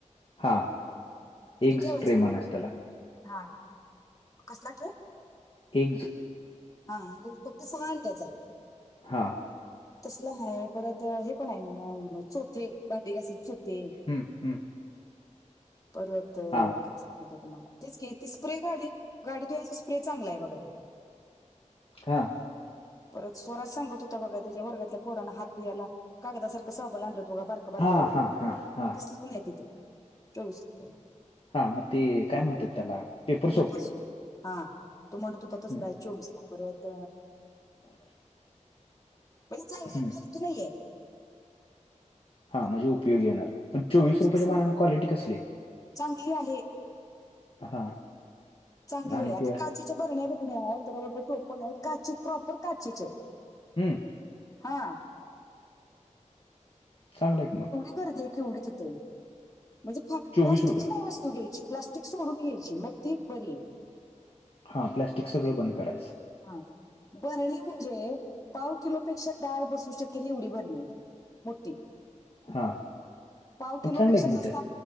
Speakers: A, on the left; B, on the left.
A: हा एग्ज
B: ठेवायचं
A: ट्रे म्हणायचं
B: पण आहे
A: त्याला.
B: हा कसला ट्रे
A: एग्ज
B: हा आणि फक्त सहा अंड्याचा.
A: हा
B: तसलं हाय परत हे पण आहे अ चोथे भांडे घासायचे चोथे. ते
A: हम्म हम्म
B: परत अ
A: हा
B: <inaudible> तुम्हाला तेच की ती स्प्रे गाडीत गाडीत घ्यायचा स्प्रे चांगला ये बघा तो.
A: हा
B: परत स्वराज सांगत होता बघा त्याच्या वर्गातल्या पोरांना हात द्यायला. कागदा सारख साबण आणलं त बघा बारीक
A: हा हा हा
B: <unintelligible>
A: हा
B: तसल पण ये तिथ चोवीस रुपयेला
A: हा मग ते काय म्हणतात त्याला. पेपर
B: पेपरसूप
A: सोप
B: हा तो म्हणत होता तसला
A: हम्म.
B: आहे चोवीसला परत म्हणजे चांगलं
A: हम्म.
B: ये फालतू नाही ये.
A: हां म्हणजे उपयोगी येणार पण चोवीस रुपयाच्या
B: सेल
A: मानाने
B: पण
A: क्वालिटी कसली ये.
B: चांगली आहे.
A: हा
B: चांगली
A: आणि
B: आहे आता
A: ते
B: काचेच्या बरण्या बिरन्या आहेत त्याला वरण टोप <inaudible> पण हे काची प्रॉपर काचीचे येतं
A: हम्म
B: हा
A: चांगलं ये की.
B: <inaudible> गर्दी ये केवढी तिथं म्हणजे फक
A: चोवीस
B: प्लास्टिकची
A: रुपयाला
B: नाही वस्तू घ्यायची. प्लास्टिक सोडून घ्यायची मग ती बरी ये.
A: हा प्लॅस्टिक सगळं बंद करायचं.
B: हा बरणी म्हणजे पाव किलो पेक्षा डाळ बसू शकेल एवढी बरणी. मोठी
A: हा
B: पाव किलोपेक्षा
A: मग चांगलं आहे की
B: जास्त
A: मग